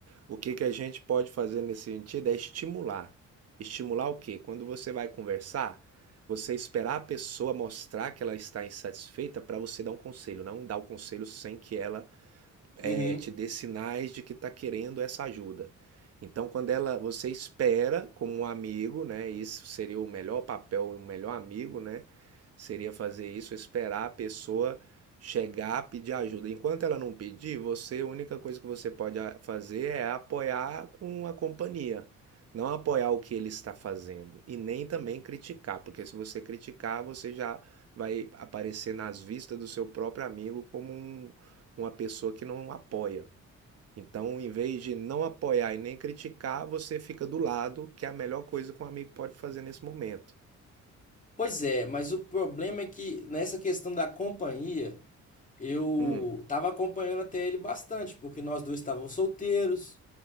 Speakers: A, on the right; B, on the left.
A: O que que a gente pode fazer nesse sentido é estimular. Estimular o quê? Quando você vai conversar, você esperar a pessoa mostrar que ela está insatisfeita para você dar um conselho, não dar o conselho sem que ela
B: uhum.
A: eh, te dê sinais de que está querendo essa ajuda. Então, quando ela, você espera como um amigo, né? Isso seria o melhor papel, o melhor amigo, né? Seria fazer isso, esperar a pessoa chegar, pedir ajuda. Enquanto ela não pedir, você, a única coisa que você pode fazer é apoiar com a companhia. Não apoiar o que ele está fazendo e nem também criticar, porque se você criticar, você já vai aparecer nas vistas do seu próprio amigo como um, uma pessoa que não apoia. Então, em vez de não apoiar e nem criticar, você fica do lado, que é a melhor coisa que um amigo pode fazer nesse momento.
B: Pois é, mas o problema é que nessa questão da companhia, eu
A: Hum,
B: tava acompanhando até ele bastante, porque nós dois estávamos solteiros,